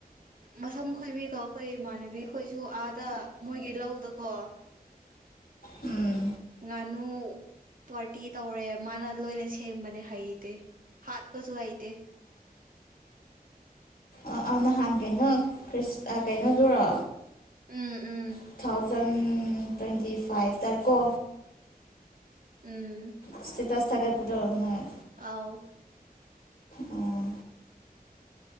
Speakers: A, on the right; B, on the left.
A: ꯃꯁꯝ ꯈꯣꯏꯕꯤꯀꯣ ꯑꯩꯈꯣꯏ ꯏꯃꯥꯟꯅꯕꯤ ꯈꯣꯏꯁꯨ ꯑꯥꯗ ꯃꯣꯏꯒꯤ ꯂꯧꯗꯀꯣ
B: ꯎꯝ
A: ꯉꯥꯅꯨ ꯄꯥꯔꯇꯤ ꯇꯧꯔꯦ ꯃꯥꯅ ꯂꯣꯏꯅ ꯁꯦꯝꯕꯅꯦ ꯍꯩꯇꯦ ꯍꯥꯠꯄꯁꯨ ꯍꯩꯇꯦ
B: ꯑꯥ ꯑꯥ ꯅꯍꯥꯟ ꯀꯩꯅꯣ ꯈ꯭ꯔꯤꯁ ꯀꯩꯅꯣꯗꯨꯔꯣ
A: ꯎꯝ ꯎꯝ
B: ꯇꯨ ꯊꯥꯎꯖꯟ ꯇ꯭ꯋꯦꯟꯇꯤ ꯐꯥꯏꯚ ꯇꯥꯔꯦꯀꯣ
A: ꯎꯝ
B: ꯏꯁꯇꯦꯇꯥꯁ ꯊꯥꯒꯠꯄꯗꫭ ꯅꫭ
A: ꯑꯥꯎ
B: ꯑꯣ